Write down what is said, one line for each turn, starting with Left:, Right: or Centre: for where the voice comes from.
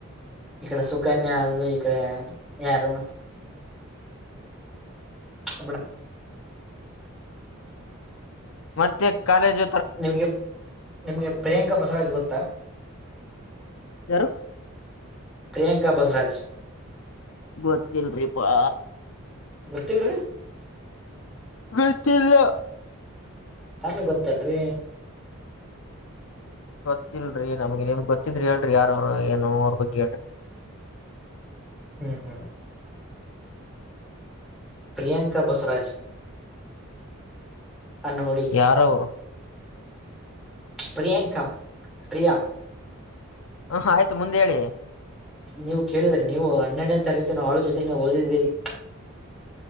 Centre: ಇಕಡೆ ಸುಕನ್ಯ ಆದ ಇಕಡೆ ಯಾರು ತಬಡಾ <unintelligible>
Left: ಮತ್ತೆ ಕಾಲೇಜ್
Centre: ನಿಮ್ಗೆ ನಿಮ್ಗೆ ಪ್ರಿಯಾಂಕಾ ಬಸವರಾಜ್ ಗೊತ್ತಾ
Left: ಯಾರು
Centre: ಪ್ರಿಯಾಂಕ ಬಸವರಾಜ
Left: ಗೊತ್ತಲ್ರಿ ಪಾ
Centre: ಗೊತ್ತಿಲ್ರಿ
Left: ಗೊತ್ತಿಲ್ಲ
Centre: ತನ್ನ ಗೊತ್ತಿಲ್ರಿ
Left: ಗೊತ್ತಿಲ್ರರಿ ನಮ್ಗೆ ನೀಮ ಗೊತ್ತಿದ್ರಿ ಹೇಳ್ರಿ ಯಾರ ಅವರು ಏನು ಅವ್ರ ಬಗ್ಗೆ ಹೇಳ್ರಿ <unintelligible>
Centre: ಹ್ಮ್ ಹ್ಮ್ <unintelligible> ಪ್ರಿಯಾಂಕಾ ಬಸರಾಜ್ ಅನ್ನ ಹುಡುಗಿ
Left: ಯಾರವ್ರು
Centre: <unintelligible> ಪ್ರಿಯಾಂಕಾ ಪ್ರಿಯಾ <unintelligible>
Left: ಹ ಆಯ್ತು ಮುಂದೆ ಹೇಳಿ <unintelligible>
Centre: ನೀವು ಕೇಳಿದ್ರ ನೀ ಹೆರಡನೇ ತೀಕುವುಾಳ ಜೊತೆನ ಓದಿದ್ದೀರಿ <unintelligible>